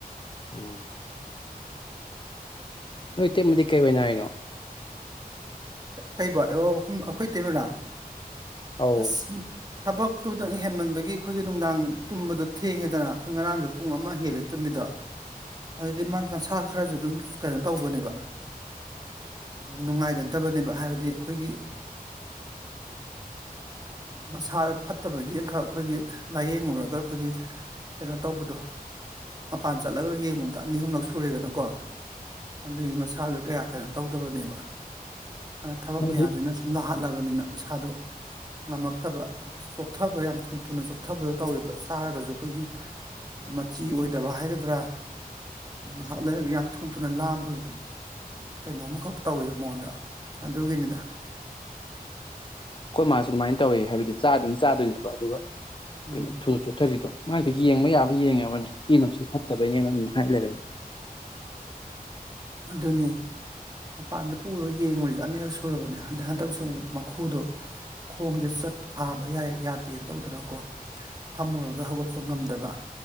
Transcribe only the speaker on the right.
ꯀꯩ ꯑꯩꯈꯣꯏ ꯇꯤꯃꯦꯔꯥ
ꯑꯁ ꯊꯕꯛ ꯇꯨꯗꯅ ꯍꯦꯟꯃꯟꯕꯒꯤ ꯑꯩꯈꯣꯏꯒꯤ ꯅꯨꯡꯗꯥꯡ ꯇꯨꯝꯕꯗꯣ ꯊꯦꯡꯉꯦꯗꯅ ꯑꯩꯈꯣꯏ ꯉꯔꯥꯡꯁꯨ ꯄꯨꯡ ꯑꯃ ꯍꯦꯜꯂꯦ ꯇꯨꯝꯃꯤꯗꯣ ꯑꯗꯨꯗꯤ ꯃꯥ ꯃꯁꯥ ꯈꯔꯁꯨ ꯑꯗꯨꯝ ꯀꯩꯅꯣ ꯇꯧꯕꯅꯦꯕ ꯅꯨꯡꯉꯥꯏꯒꯗꯕꯅꯦꯕ ꯍꯥꯏꯕꯗꯤ ꯑꯩꯈꯣꯏꯒꯤ ꯃꯁꯥ ꯐꯠꯇꯕꯒꯤ ꯑꯃꯈꯛ ꯑꯩꯈꯣꯏꯒꯤ ꯂꯥꯏꯌꯦꯡꯉꯨꯔꯒ ꯑꯩꯈꯣꯏꯒꯤ ꯀꯩꯅꯣ ꯇꯧꯕꯗꯣ ꯃꯄꯥꯟ ꯆꯠꯂꯒ ꯌꯦꯡꯉꯨꯕꯗ ꯑꯅꯤ ꯑꯍꯨꯝꯂꯛ ꯁꯨꯔꯦꯗꯅꯀꯣ ꯑꯗꯨꯒꯤ ꯃꯁꯥꯁꯨ ꯀꯌꯥ ꯀꯩꯅꯣ ꯇꯧꯗꯕꯅꯦꯕ ꯑ ꯊꯕꯛ
ꯃꯌꯥꯝꯁꯤꯅ ꯁꯨꯝ ꯂꯥꯛꯍꯜꯂ ꯆꯠꯂꯕꯅꯤꯅ ꯃꯁꯥꯗꯣ ꯉꯝꯃꯛꯇꯕ ꯆꯣꯛꯊꯕ ꯌꯥꯝ ꯊꯨꯅ ꯊꯨꯅ ꯆꯣꯛꯊꯕꯗꯣ ꯇꯧꯋꯦꯕ ꯆꯥꯔꯒꯁꯨ ꯑꯩꯈꯣꯏꯒꯤ ꯃꯆꯤ ꯑꯣꯏꯗꯕ ꯍꯥꯏꯒꯗ꯭ꯔꯥ ꯑꯗꯨ ꯉꯥꯏꯍꯥꯛ ꯂꯩꯔꯒ ꯌꯥꯝ ꯊꯨꯝ ꯊꯨꯅ ꯂꯥꯝꯕꯁꯦ ꯀꯩꯅꯣ ꯑꯃꯈꯛ ꯇꯧꯋꯦꯕ ꯃꯉꯣꯟꯗ ꯑꯗꯨꯒꯤꯅꯤꯗ
ꯎꯝ
ꯑꯗꯨꯅꯦ ꯃꯄꯥꯟꯗ ꯄꯨꯔꯒ ꯌꯦꯡꯉꯨꯔꯁꯦ ꯑꯅꯤꯈꯛ ꯁꯨꯔꯕꯅꯦ ꯍꯟꯗꯛ ꯍꯟꯗꯛꯁꯨ ꯃꯈꯨꯗꯣ ꯈꯣꯡꯁꯦ ꯆꯠ ꯊꯥꯕ ꯌꯥꯗꯦꯅ ꯇꯧꯗꯅꯀꯣ ꯐꯝꯃꯨꯔꯒ ꯍꯧꯒꯠꯄ ꯉꯝꯗꯕ